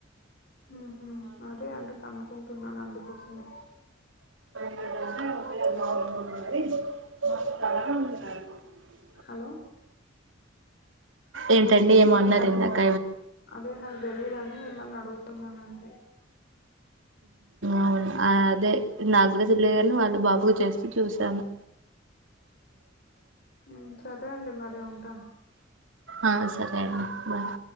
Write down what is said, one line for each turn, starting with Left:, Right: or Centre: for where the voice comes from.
Left: మ్మ్ అదే అండి కనుక్కుంటున్నాను అందుకోసమే
Right: <inaudible>
Left: హలో
Right: ఏంటండి ఏమో అన్నారు ఇందాక
Left: అదే నాకు తెలీయదుని మిమ్మల్ని అడుగుతున్నాను అంతే
Right: అవును అదే నాకు కూడా తెల్లియదు కాని వాళ్ళ బాబుకు చేస్తే చూసాను
Left: మ్మ్ సరే అండి మరి ఉంటా
Right: ఆ సరే అండి బాయ్